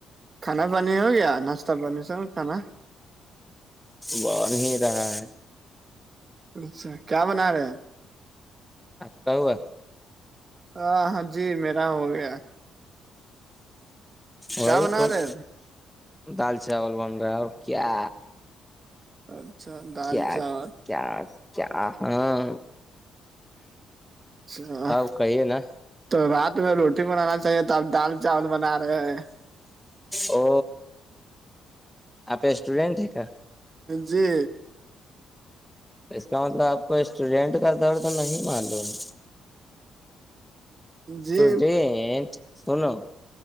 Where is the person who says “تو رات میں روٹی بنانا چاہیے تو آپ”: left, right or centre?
Right